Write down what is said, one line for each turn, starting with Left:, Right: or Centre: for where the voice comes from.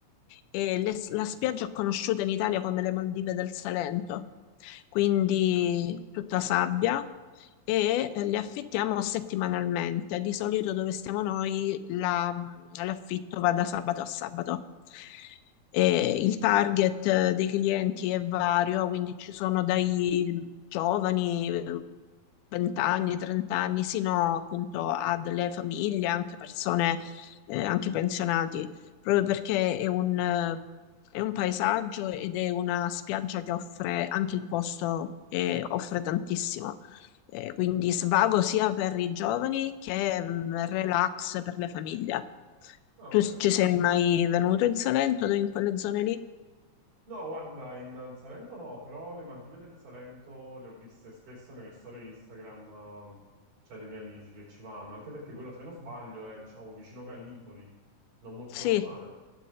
Left: e le- la spiaggia è conosciuta in Italia come le Maldive del Salento, quindi tutta sabbia, e eh, le affittiamo settimanalmente. Di solito dove stiamo noi la- mm, l'affitto va da sabato a sabato. E il target eh, dei clienti è vario, quindi ci sono dai giovani, eh, 20 anni, 30 anni, sino appunto a delle famiglie, anche persone, eh, anche pensionati, proprio perché è un, eh, è un paesaggio ed è una spiaggia che offre anche il posto e offre tantissimo. Eh, quindi svago sia per i giovani che mh, relax per le famiglie.
Right: Vabbè.
Left: Tu s- ci sei mai venuto in Salento, o in quelle zone lì?
Right: No, guarda, in in Salento no, però le Maldive del Salento le ho viste spesso nelle storie Instagram, eh, cioè dei miei amici che ci vanno, anche perché quello, se non sbaglio, è, diciamo, vicino Gallipoli, non molto
Left: Sì,
Right: lontane.